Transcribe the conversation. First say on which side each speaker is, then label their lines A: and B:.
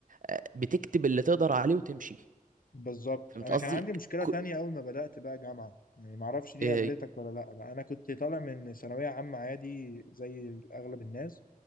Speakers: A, on the right; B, on the left.
A: آه، بتكتب اللي تقدر عليه وتمشي
B: بالظبط
A: فهمت
B: انا
A: قصدي
B: كان عندي مشكله
A: ك-
B: تانية اول ما بدات بقى جامعه يعني ما اعرفش دي
A: آه،
B: قابلتك ولا لا بقى انا كنت طالع من ثانويه عامه عادي زي اغلب الناس